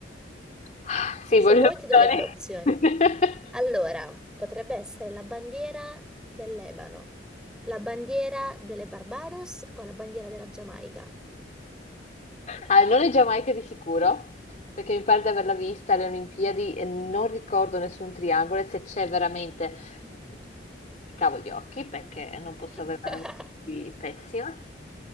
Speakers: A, on the left; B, in the centre.
A: Ah, Sì, voglio
B: Se vuoi
A: le opzioni.
B: ti do le tre opzioni.
A: <laughs>
B: Allora, potrebbe essere la bandiera del Lebano, la bandiera delle Barbados o la bandiera della Giamaica.
A: Ah, non è Giamaica di sicuro, perché mi pare di averla vista alle Olimpiadi e non ricordo nessun triangolo, e se c'è veramente mm, cavo gli occhi, perché non posso
B: <laughs>
A: avere una memoria così pessima.